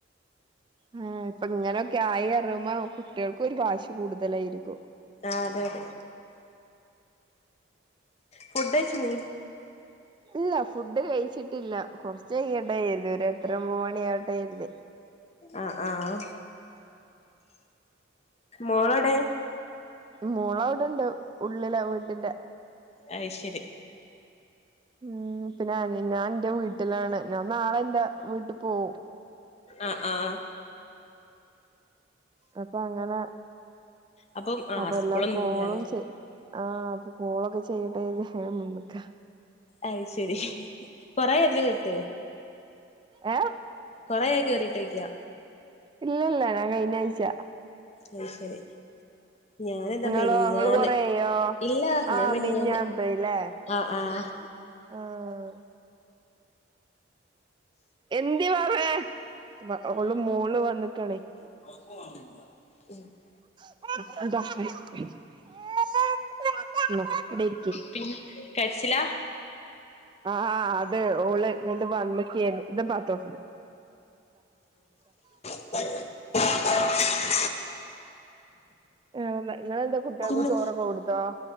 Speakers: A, on the right; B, on the left.
A: ആഹ് ഇപ്പ ഇങ്ങനൊക്കെ ആയി പറീം മ്പോ കുട്ടികൾക്കും ഒരു വാശി കൂടുതലായിരിക്കും
B: ആഹ് അതെ അതെ ഫുഡ്ച്ച നീ
A: ഇല്ല ഫുഡ് കഴിച്ചിട്ടില്ല കുറചയ്യട്ടെ ര്തി ഒരട്ടരഒമ്പത് മണി ആവട്ടൊയിരുതി
B: ആഹ് ആഹ് മോളോടെ
A: മോള അവിടെണ്ട് ഉള്ളില വീട്ടിന്റെ
B: അയ്ശെരി
A: ഉം പിന്നെ ഞാൻ എന്റെ വീട്ടിലാണ് ഞാൻ നാളെല്ല വീട്ടിൽ പോവും
B: ആഹ് ആഹ്
A: അപ്പൊങ്ങനെ
B: അപ്പം ആഹ്
A: അപ്പ
B: സ്കൂളൊന്നും
A: എല്ലാ കോളും
B: ഇല്ലാലോ
A: ചെയ ആഹ് അപ്പൊ കോളൊക്കെ ചെയ്ട്ടെതി അങ്ങനെ നിക്ക
B: അയ് ശരി കൊറ അതില് കട്ട
A: ഏഹ്
B: കൊറയക്ക കയറിയിട്ട്യ്ക്കാ
A: ഇല്ലല്ല ഞാൻ കഴിഞ്ഞ ആഴ്ച
B: അയ്ശരി ഞന്താ
A: ഇങ്ങളോ
B: മെനിഞ്ഞാന്
A: ഇങ്ങള് കൊറേയായോ
B: ഇല്ല
A: ആഹ്
B: ഞാൻ മെനിഞ്ഞാന്
A: മിഞ്ഞാന്നത്തേല്ലേ
B: ആഹ് ആഹ്
A: ആഹ് എന്തി വാവേ അവഓള് മോള് വന്നക്കണേ
B: അപ്പ <unintelligible>
A: <unintelligible>
B: പിന്നെ കര്ച്ചില?
A: ആഹ് ത് ത് ഓള് ങ്ങട്ട് വന്നക്കേനി
B: അ <inaudible> <inaudible>
A: ആഹ് ന്താ ഇങ്ങളെന്താ കുട്ട്യെക്ക്
B: പിന്നെ
A: ചോറൊക്കെ കൊട്ത്തോ?